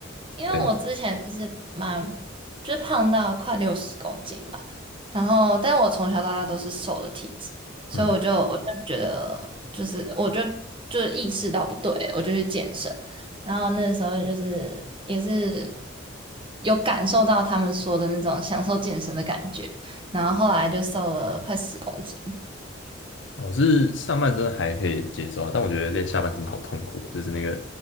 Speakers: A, on the right; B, on the left.
A: 因为我之前就是蛮，
B: 对。
A: 就是胖到快六十公斤吧，然后，但我从小到大都是瘦的体质，所以我就我就觉得，
B: 嗯。
A: 就是我就就意识到不对，我就去健身，然后那时候就是也是有感受到他们说的那种享受健身的感觉，然后后来就瘦了快十公斤。
B: 我是上半身还可以接受啊，但我觉得练下半身好痛苦哦就是那个